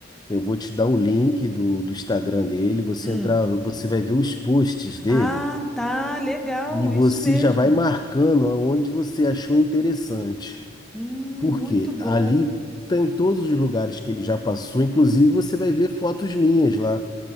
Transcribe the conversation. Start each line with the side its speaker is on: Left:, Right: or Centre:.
Left: Eu vou te dar o link do, do Instagram dele, você
Centre: Hum.
Left: entrar, você vai ver os posts dele
Centre: Ah, tá, legal,
Left: e você
Centre: isso mesmo.
Left: já vai marcando aonde você achou interessante.
Centre: Hum,
Left: Porque
Centre: muito bom.
Left: ali tem todos os lugares que ele já passou, inclusive você vai ver fotos minhas lá